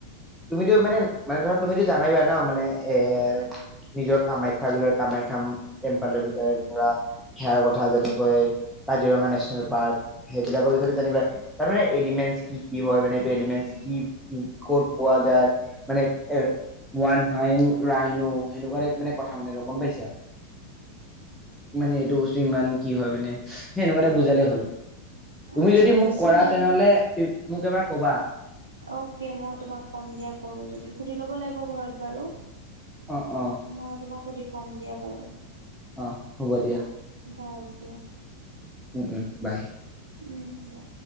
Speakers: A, in the centre; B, on the right.
A: তুমিতো মানে, মানে ধৰা তুমিতো জানাই বাই ন মানে এ নিজৰ কামাখ্যাৰ বিষয়ে, কামাখ্যা টেম্পেলৰ বিষয়ে ধৰা। সেয়াৰ কথা যেনেকৈ কাজিৰঙা নেচনেল পাৰ্ক, সেইবিলাকৰ বিষয়েটো জানিবা, তাত মানে এলিমেন্ট কি, কি হয়, মানে এইটো এলিমেন্ট কি, ক'ত পোৱা যায়? মানে এ ওৱান হাইন ৰাইনো, সেনেকুৱাত টাইপ মানে কথা মানে গম পাইছা? মানে এইটো বস্তু ইমান কি হয় মানে সেই এনেকুৱা টাইপ বুজালে হ'ল। তুমি
B: আচ্ছা
A: যদি মোক
B: বেছি
A: কৰা
B: নহয়।
A: তেনেহ'লে ফি, মোক এবাৰ ক'বা।
B: অ'কে মই তোমাক কম দিয়া কৰোঁ যদি। সুধি ল'ব লাগিব ঘৰত বাৰু।
A: অ অ
B: মই তোমাক সুধি কম দিয়া বাৰু।
A: অ' হ'ব দিয়া।
B: বাৰু দিয়া।
A: উ, উ বাই।
B: উম দিয়া।